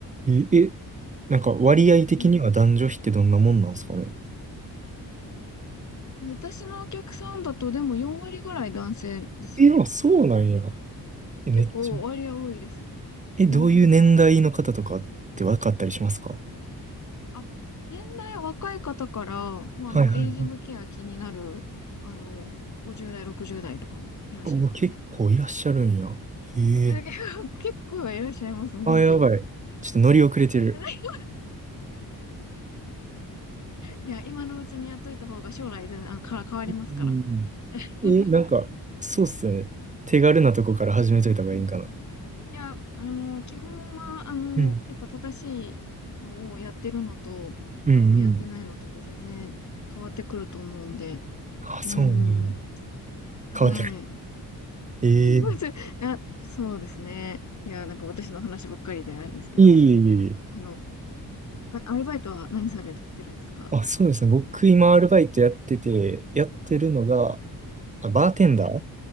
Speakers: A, on the right (about 20°); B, on the left (about 50°).
A: え、えなんか割合的には男女比ってどんなもんなんですかね。
B: はい私のお客さんだとでも4割ぐらい男性ですよ。
A: え、あ、そうなんや。え、めっちゃ。
B: 結構割合多いです。
A: え、どういう年代の方とかって分かったりしますか
B: うんうん。あ、年代若い方から、もうあの、
A: はいはいはい。
B: エイジングケア気になる、あの、50代、60代とかもいらっしゃいますね。
A: お、結構いらっしゃるんや。へえ。
B: え結構 <laughs> 結構いらっしゃいます、本当。
A: あ、やばい。ちょっと乗り遅れてる。
B: <laughs> いや、今のうちにやっといた方が将来全然、あ、から変わりますから。
A: うんえ、
B: <laughs>
A: なんか、そうっすよね。手軽なとこから始めといた方がいいんかな。
B: うん。いや、あの、基本は、あの、
A: うん。
B: やっぱ正しいのをやってるのと、
A: うんうん。
B: あの、やってないのとで全然変わってくると思うんで、
A: あ、そうなんや。
B: うんうんうん。
A: 変わってる。
B: はい。
A: ええ。
B: <laughs> まずいや、そうですね。いや、なんか私の話ばっかりであれですけど、
A: いえいえいえいえ。
B: あの、あアルバイトは何されてるんですか
A: あ、そうですね。僕今アルバイトやってて、やってるのが、あ、バーテンダー
B: はい。